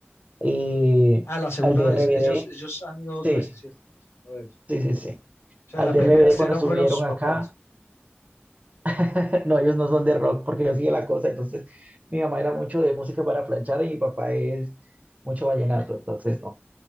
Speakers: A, on the right; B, on the left.
A: Eh,
B: Ah, la segunda
A: al de
B: vez.
A: RBD,
B: Ellos, ellos han ido dos
A: sí,
B: veces, ¿cierto? La segunda vez.
A: sí, sí, sí.
B: O sea,
A: Al
B: la
A: de
B: primera
A: RBD
B: estuvieron
A: cuando estuvieron
B: fueron sus papás.
A: acá. <laughs> No, ellos no son de rock porque yo sigue la cosa. Entonces, mi mamá era mucho de música para planchar y mi papá es mucho vallenato. Entonces, no.